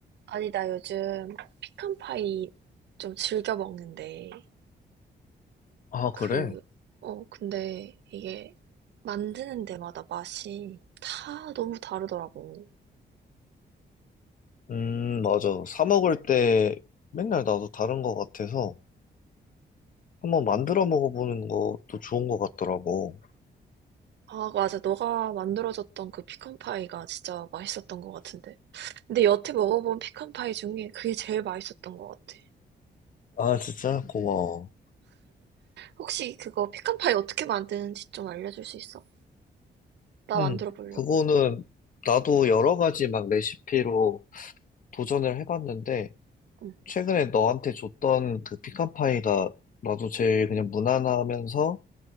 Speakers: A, on the right; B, on the left.
A: 아니, 나 요즘 피칸파이 좀 즐겨 먹는데,
B: 아, 그래?
A: 그, 어, 근데 이게 만드는 데마다 맛이 다 너무 다르더라고.
B: 음, 맞아. 사 먹을 때 맨날 나도 다른 거 같아서 한번 만들어 먹어보는 것도 좋은 거 같더라고.
A: 아, 맞아. 너가 만들어줬던 그 피칸파이가 진짜 맛있었던 것 같은데. 근데 여태 먹어본 피칸파이 중에 그게 제일 맛있었던 것 같아.
B: 아, 진짜? 고마워.
A: 혹시 그거 피칸파이 어떻게 만드는지 좀 알려줄 수 있어? 나
B: 음,
A: 만들어 보려고.
B: 그거는 나도 여러 가지 막 레시피로 도전을 해봤는데
A: 응.
B: 최근에 너한테 줬던 그 피칸파이가 나도 제일 그냥 무난하면서